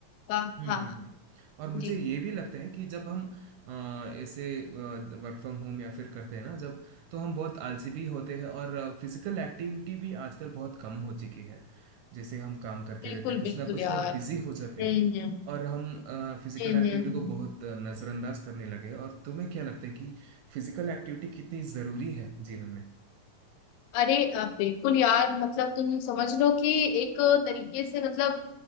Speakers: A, on the left; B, on the right.
A: वाह
B: हम्म
A: हाँ
B: हम्म
A: हाँ
B: हम्म। और मुझे
A: जी
B: ये भी लगता है कि जब हम अ, ऐसे वर्क फ्रॉम होम या फिर करते हैं ना जब तो हम बहुत आलसी भी होते हैं और फिजिकल एक्टिविटी भी आजकल बहुत कम हो चुकी है जैसे हम काम करते
A: बिल्कुल
B: रहते हैं कुछ
A: बिल्कुल
B: ना कुछ
A: यार
B: में बिजी हो जाते
A: हम्म
B: हैं
A: हम्म
B: और हम फिजिकल
A: हम्म
B: एक्टिविटी
A: हम्म, हम्म।
B: को बहुत नजरअंदाज करने लगे और तुम्हें क्या लगता है कि फिजिकल एक्टिविटी कितनी जरूरी है जीवन में
A: अरे अ, बिल्कुल यार मतलब तुम समझ लो कि एक तरीके से मतलब